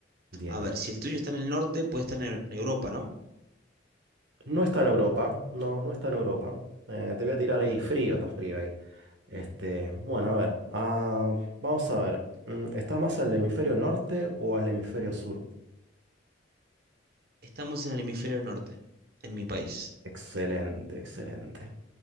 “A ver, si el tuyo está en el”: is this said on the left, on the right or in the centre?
Right